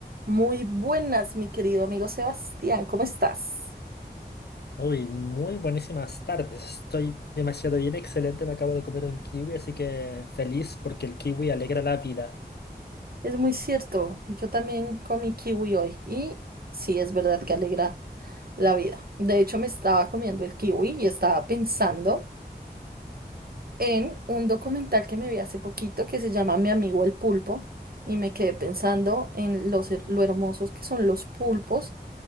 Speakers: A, on the right (about 60°); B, on the left (about 70°).
A: Muy buenas, mi querido amigo Sebastián, ¿cómo estás?
B: Uy, muy buenísimas tardes. Estoy demasiado bien, excelente. Me acabo de comer un kiwi, así que feliz porque el kiwi alegra la vida.
A: Es muy cierto, yo también comí kiwi hoy y sí, es verdad que alegra la vida. De hecho, me estaba comiendo el kiwi y estaba pensando en un documental que me vi hace poquito que se llama Mi amigo el pulpo y me quedé pensando en los, her- lo hermosos que son los pulpos